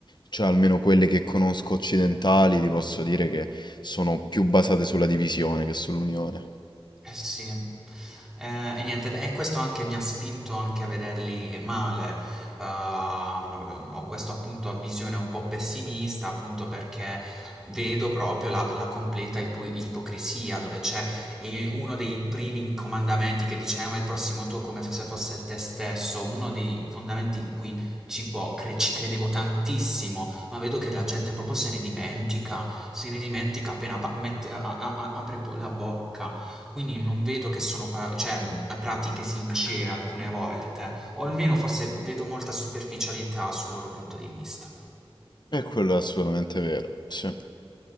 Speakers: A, on the left; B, in the centre.
A: cioè almeno quelle che conosco occidentali, ti posso dire che sono più basate sulla divisione che sull'unione.
B: Eh sì, ehm, e niente, e questo anche mi ha spinto anche a vederli male. Uhm, ho questo appunto visione un po' pessimista, appunto perché vedo proprio la la completa ipo ipocrisia, dove c'è i uno dei primi comandamenti che dice: "Ama il prossimo tuo come f se fosse te stesso", uno dei fondamenti in cui ci può cre ci credevo tantissimo, ma vedo che la gente proprio se ne dimentica, se ne dimentica appena pa mette a a a apre po la bocca. Quindi non vedo che sono pa cioè, mhmm, pratiche sincere alcune volte, o almeno forse vedo molta superficialità sul loro punto di vista.
A: E quello è assolutamente vero, sì.